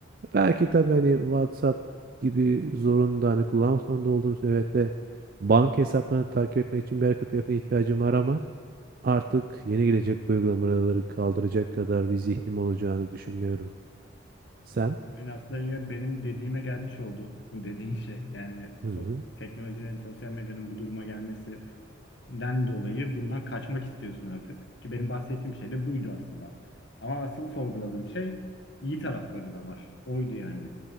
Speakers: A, on the right; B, on the left.
A: Belki tabii hani WhatsApp gibi zorunda hani kullanmak zorunda olduğum süreçte banka hesaplarını takip etmek için bir arka tarafına ihtiyacım var ama artık yeni gelecek uygulamaları kaldıracak kadar bir zihnim olacağını düşünmüyorum. Sen?
B: Yani aslında yine benim dediğime gelmiş oldu bu dediğin şey. Yani
A: Hı hı.
B: sos teknolojinin, sosyal medyanın bu duruma gelmesi den dolayı bundan kaçmak istiyorsun artık. Ki benim bahsettiğim şey de buydu aslında. Ama asıl sorguladığım şey iyi tarafları da var. Oydu yani